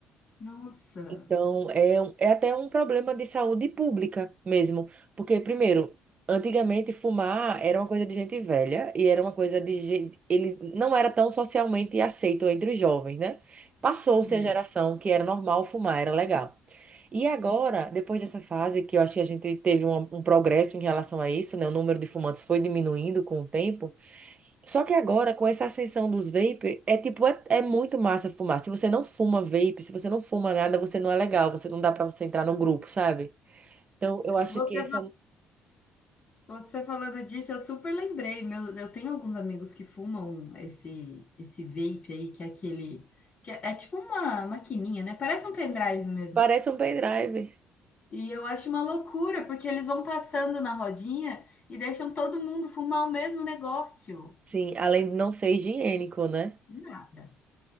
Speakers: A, on the left; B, on the right.
A: Nossa.
B: Então, é, um- é até um problema de saúde pública mesmo. Porque, primeiro, antigamente fumar era uma coisa de gente velha e era uma coisa de gente. Ele não era tão socialmente aceito entre os jovens, né? Passou-se
A: Sim.
B: a geração que era normal fumar, era legal. E agora, depois dessa fase, que eu acho que a gente teve um, um progresso em relação a isso, né? O número de fumantes foi diminuindo com o tempo. Só que agora, com essa ascensão dos vape, é tipo, é, é muito massa fumar. Se você não fuma vape, se você não fuma nada, você não é legal, você não dá pra você entrar num grupo, sabe? Então, eu acho
A: Você
B: que essa
A: Você falando disso, eu super lembrei. Meu, eu tenho alguns amigos que fumam esse esse vape aí, que é aquele. Que é, é tipo uma maquininha, né? Parece um pendrive mesmo.
B: parece um pendrive.
A: E eu acho uma loucura, porque eles vão passando na rodinha e deixam todo mundo fumar o mesmo negócio.
B: Sim, além de não ser higiênico, né?
A: Nada.